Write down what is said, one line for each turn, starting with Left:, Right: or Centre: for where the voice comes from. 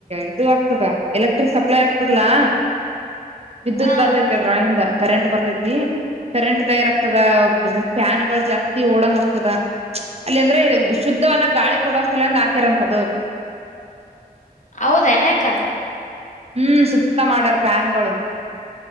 Right: ಇದು ಆಗ್ತದ ಎಲೆಕ್ಟ್ರಿಕ್ ಸಪ್ಲೈ ಆಗ್ತದಲಾ ವಿದ್ಯುತ್
Left: ಹ
Right: ಬರ್ತೈತೆ
Left: ಅಕ್ಕ
Right: ಆದ್ರೂ ಒಳಗಿಂದ ಕರೆಂಟ್ ಬರ್ತೈತಿ ಕರೆಂಟ್ ತಯಾರ ಆತದ ಫ್ಯಾನ್ ಗಳು ಜಾಸ್ತಿ ಓಡಂಗ ಆಗತದ ಅಲ್ಲಿ ಅಂದ್ರೆ ಶುದ್ಧವಾದಾಗ ಗಾಳಿ ಕೊಡೋಸ್ತಲಂದ ಹಾಕಿರಂತದು
Left: ಹೌದ ಏನ ಅಕ್ಕ
Right: ಹ್ಮ್ ಸುುತ್ತ ಮಾಡರ್ ಫ್ಯಾನ್ಗಳು